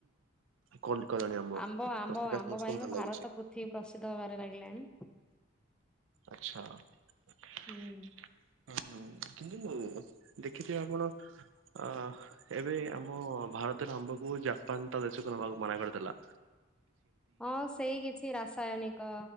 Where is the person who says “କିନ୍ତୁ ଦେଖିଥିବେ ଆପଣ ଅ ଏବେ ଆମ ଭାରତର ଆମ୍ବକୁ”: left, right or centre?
Right